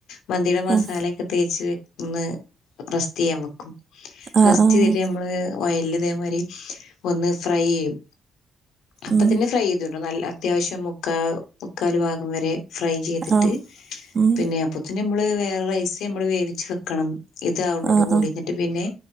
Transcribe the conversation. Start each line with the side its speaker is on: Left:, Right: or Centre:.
Left: മന്തിയുടെ മസാലൊക്കെ
Right: ആഹ്
Left: തേച്ച് ഒന്ന് റസ്റ്റ് യ്യാൻ വെക്കും
Right: ആഹ്
Left: റസ്റ്റ്
Right: ആഹ്
Left: തരി നമ്മള് ഓയല് ഇതേമാരി ഒന്ന് ഫ്രൈ എയ്യും അപ്പ
Right: ഉം
Left: തന്നെ ഫ്രൈ ചെയ നല്ല അത്യാവശ്യം മുക്കാ മുക്കാൽ ഭാഗം വരെ ഫ്രൈ ചെയ്തിട്ട്
Right: ആഹ് ഉം
Left: പിന്നെ അപ്പോത്തിനും നമ്മള് വേറെ റൈസ് നമ്മള് വേവിച്ച് വെക്കണം ഇത് ആവ്ണോട്
Right: ആഹ്
Left: കൂടി ഞ്ഞിട്ട് പിന്നെ